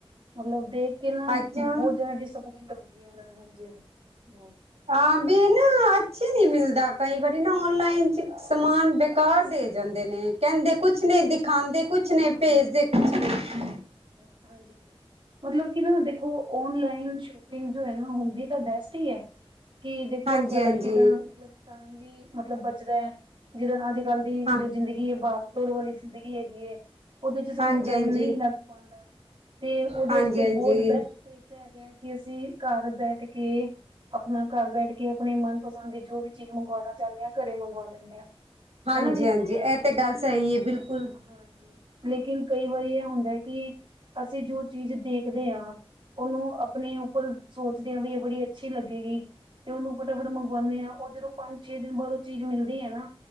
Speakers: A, on the right; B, on the right.
A: ਮਤਲਬ ਦੇਖ ਨਾ
B: ਅੱਛਾ
A: ਬਹੁਤ ਜ਼ਿਆਦਾ ਡਿਸਪਇੰਟ ਹੋ ਗਈ ਹਜੀ ਹਾਂ ਬ
B: ਹਾਂ ਵੀ ਨਾ ਅੱਛੇ ਨੀ ਮਿਲਦਾ ਕਈ ਵਾਰੀ ਨਾ ਔਨਲਾਈਨ ਚ ਸਮਾਨ
A: ਹਾਂਜੀ
B: ਬੇਕਾਰ ਦੇ ਜਾ ਕਹਿੰਦੇ
A: ਹਾਂਜੀ।
B: ਨੇ, ਕਹਿੰਦੇ ਕੁਛ ਨੇ,
A: ਬਈ
B: ਦਿਖਾਉਂਦੇ ਕੁਛ ਨੇ,
A: ਹਾਂਜੀ
B: ਭੇਜਦੇ ਕੁਛ ਨੇ।
A: ਹ ਮਤਲਬ ਕਿ ਨਾ ਦੇਖੋ, ਓਨਲਾਈਨ ਚ ਜੋ ਹੈ ਨਾ, ਹੁੰਦੀ ਤਾਂ ਬੈਸਟ ਹੀ ਹੈ। ਕਿ ਦੇਖੋ
B: ਹਾਂਜੀ
A: ਸਾਡਾ
B: ਹਾਂਜੀ
A: ਕਿੱਦਾਂ ਮਤਲਬ ਟਾਈਮ ਵੀ ਮਤਲਬ ਬਚਦਾ ਹੈ। ਜਿਦੇ ਨਾਲ ਗੱਲ ਦੀ
B: ਹਾਂ
A: ਜੋ, ਜ਼ਿੰਦਗੀ ਹੈ। ਭਾਗ- ਤੋੜ, ਵਾਲੀ ਜ਼ਿੰਦਗੀ ਹੈਗੀ ਹੈ। ਉਹਦੇ ਚ ਸਾਨੂੰ
B: ਹਾਂਜੀ
A: ਟਾਈਮ
B: ਹਾਂਜੀ
A: ਨਹੀਂ ਲੱਗ ਪਾਉਦਾ। ਤੇ ਉਹਦੇ
B: ਹਾਂਜੀ
A: ਵਾਸਤੇ
B: ਹਾਂਜੀ
A: ਬਹੁਤ ਬੈਸਟ ਤਰੀਕੇ ਕਿ, ਅਸੀਂ ਘਰ ਬੈਠ ਕੇ ਆਪਣਾ ਘਰ ਬੈਠ ਕੇ, ਆਪਣੀ ਮਨਪਸੰਦ ਦੀ ਜੋ ਵੀ, ਚੀਜ਼ ਮੰਗਵਾਉਣਾ ਚਾਹੁੰਦੇ ਹਾਂ। ਘਰੇ ਮੰਗਵਾ ਲੈਂਦੇ ਆ।
B: ਹਾਂਜੀ
A: ਹਨਾ ਜੀ,
B: ਹਾਂਜੀ ਇਹ
A: ਲੇਕਿਨ
B: ਤੇ ਗੱਲ ਸਹੀ ਹੈ ਬਿਲਕੁਲ
A: ਹਾਂਜੀ। ਲੇਕਿਨ, ਕਈ ਵਾਰੀ ਇਹ ਹੁੰਦਾ ਕਿ, ਅਸੀਂ ਜੋ ਚੀਜ਼ ਦੇਖਦੇ ਹਾਂ। ਉਹਨੂੰ, ਆਪਣੇ ਉੱਪਰ ਸੋਚਦੇਿਆਂ ਵੀ, ਇਹ ਬੜੀ ਅੱਛੀ ਲੱਗੇਗੀ। ਤੇ ਉਹਨੂੰ ਫਟਾਫਟ ਮੰਗਵਾਉਂਦੇ ਆ। ਉਹ ਜਦੋਂ ਪੰਜ, ਛੇ ਦਿਨ ਬਾਅਦ ਉਹ ਚੀਜ਼ ਮਿਲਦੀ ਹੈ। ਨਾ